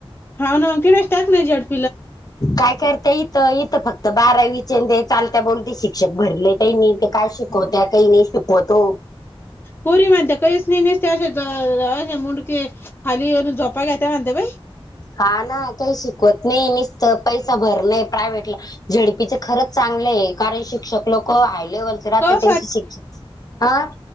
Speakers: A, on the left; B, on the left.
A: हा ना कि टाक नाही जड
B: काय करताय इथं फक्त बारावीचे ते चालत्या बोलते शिक्षक भरले का नाही ते काय शिकवत्या काही नाही शिक वतो
A: पोरी म्हनते कस नाही नेसते अस असे मुंके खाली झोपा घेत म्हणते बा
B: हा ना काही शिकवत नाही मसत पैसा भर नाही प्रायव्हेटला झेडपीचे खरंच चांगले आहे कारण शिक्षक लोक हाय लेव्हल त्यांच
A: कवा
B: शिक्षण हा